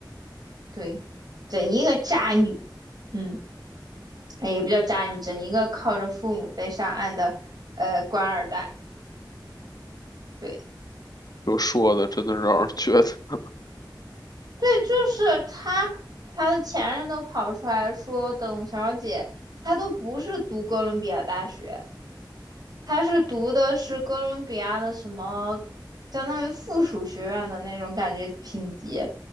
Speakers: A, on the right; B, on the left.
A: 对，整一个渣女，嗯，哎也不叫渣女，整一个靠着父母被上岸的呃官二代，对，
B: 就说的，真的是让人觉得。
A: 对，就是他，他的前任都跑出来说，董小姐她都不是读哥伦比亚大学，她是读的是哥伦比亚的什么，相当于附属学院的那种感觉品级，